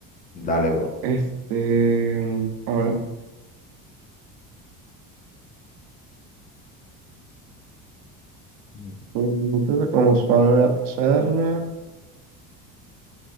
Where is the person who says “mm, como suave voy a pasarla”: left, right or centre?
Right